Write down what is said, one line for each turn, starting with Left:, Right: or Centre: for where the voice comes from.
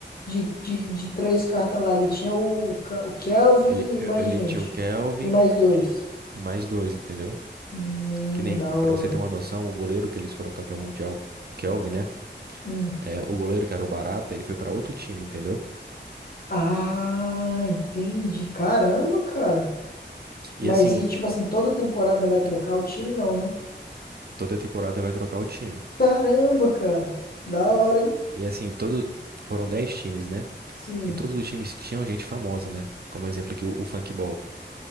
Left: de, de, de três cartas lá, ele tinha o, o Ca- o Kelvin
Right: Ele,
Left: e mais
Right: ele
Left: gente.
Right: tinha o Kelvin
Left: E mais dois.
Right: tinha, e mais dois, entendeu?
Left: Hum,
Right: Que nem,
Left: da hora.
Right: pra você ter uma noção, o goleiro que eles foram campeão mundial, o Kelvin, né?
Left: Hum.
Right: É, o goleiro que era o Barata, ele foi pra outro time, entendeu?
Left: Ah, entendi. Caramba, cara.
Right: E
Left: Mas
Right: assim,
Left: e tipo assim, toda temporada vai trocar o time, não, né?
Right: toda temporada vai trocar o time.
Left: Caramba, cara. Da hora, hein?
Right: E assim, todo, foram 10 times, né?
Left: Sim.
Right: E todos os times tinham gente famosa, né? Como exemplo aqui, o, o Funkball Ball,